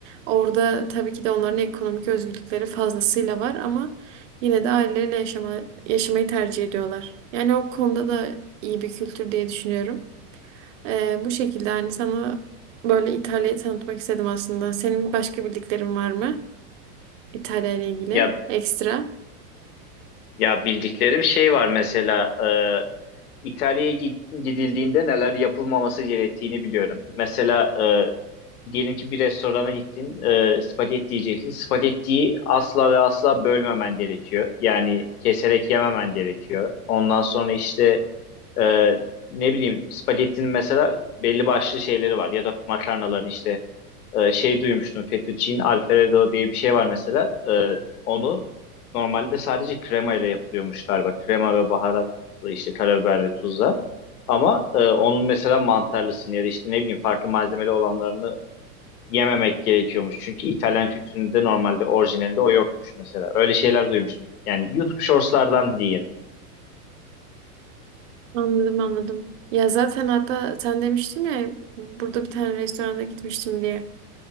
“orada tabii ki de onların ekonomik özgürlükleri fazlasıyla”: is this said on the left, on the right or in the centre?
Right